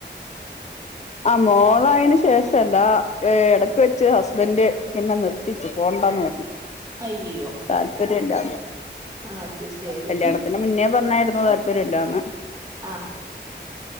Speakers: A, on the left; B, on the right.
A: ആ മോളായേന് ശേഷവല്ല ഇടക്ക് വെച്ച് ഹസ്ബൻ്റ് പിന്നെ നിർത്തിച്ചു പോണ്ടാന്ന് പറഞ്ഞു
B: അയ്യോ
A: താല്പര്യയില്ലാന്ന് പറഞ്ഞു
B: അത് ശരി
A: കല്യാണത്തിന്റെ മുന്നേ പറഞ്ഞായിരുന്നു താല്പര്യം മില്ലാന്ന്
B: ആഹ്